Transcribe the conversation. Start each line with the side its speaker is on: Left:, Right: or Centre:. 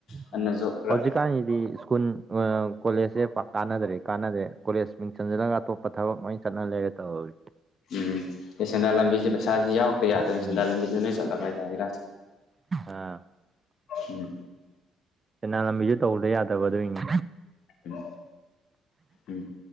Left: ꯈꯪꯉꯁꯨ
Right: ꯎꯝ
Left: ꯈꯔꯥ
Right: ꯍꯧꯖꯤꯛꯀꯥꯟꯒꯤꯗꯤ ꯁ꯭ꯀꯨꯜ ꯀꯣꯂꯦꯖꯁꯦ ꯄꯥꯛ ꯀꯥꯟꯅꯗ꯭ꯔꯦ ꯀꯥꯟꯅꯗ꯭ꯔꯦ ꯀꯣꯂꯦꯖ ꯃꯤꯡꯆꯟꯁꯤꯜꯂꯒ ꯑꯇꯣꯞꯄ ꯊꯕꯛ ꯂꯣꯏ ꯆꯠꯅ ꯂꯩꯔꯦ ꯇꯧꯔꯤꯁꯤ
Left: ꯎꯝ ꯁꯦꯟꯗꯥꯟ ꯂꯝꯕꯤꯁꯤ ꯄꯩꯁꯥꯁꯤ ꯌꯥꯎꯇꯥ ꯌꯥꯗꯥꯗꯅ
Right: ꯎꯝ
Left: ꯁꯦꯟꯗꯥꯟ ꯂꯝꯕꯤꯗ ꯂꯣꯏꯅ ꯆꯠꯂꯕ ꯍꯥꯏ ꯇꯥꯔꯦ
Right: ꯑꯥ
Left: ꯎꯝ
Right: ꯁꯦꯟꯗꯥꯟ ꯂꯝꯕꯤꯁꯨ ꯇꯧꯗ ꯌꯥꯗꯕ ꯑꯗꯨꯏꯅꯤ
Left: ꯎꯝ ꯎꯝ